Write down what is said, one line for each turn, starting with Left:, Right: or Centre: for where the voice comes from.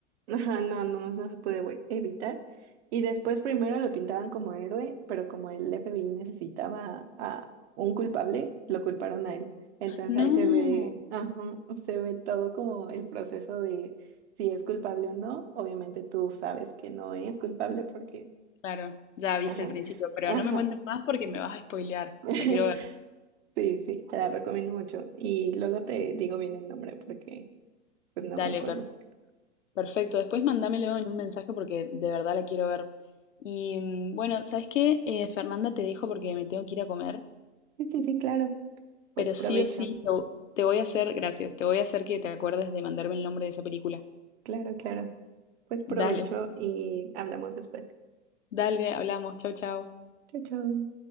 Right: Ajá, no, no, no, no se puede vo- evitar. Y después primero lo pintaban como héroe, pero como el FBI necesitaba a un culpable, lo culparon
Left: Sí.
Right: a él. Entonces
Left: No,
Right: ahí se ve, ajá, se ve todo como el proceso de si es culpable o no. Obviamente tú sabes que no es culpable porque,
Left: claro, ya viste
Right: ajá,
Left: el principio, pero
Right: ajá.
Left: no me cuentes más porque me vas a spoilear.
Right: <laughs>
Left: La quiero ver.
Right: Sí, sí, te la recomiendo mucho. Y luego te digo bien el nombre porque pues no
Left: Dale,
Right: me acuerdo.
Left: per- perfecto. Después mándamelo en un mensaje porque de verdad la quiero ver. Y mm, bueno, ¿sabes qué? Eh, Fernanda, te dejo porque me tengo que ir a comer,
Right: Sí, sí, sí, claro, pues
Left: pero
Right: provecho.
Left: sí o sí, lo- te voy a hacer, gracias, te voy a hacer que te acuerdes de mandarme el nombre de esa película.
Right: Claro, claro. Pues provecho
Left: Dale.
Right: y hablamos después.
Left: Dale, hablamos. Chau, chau.
Right: Chau, chau.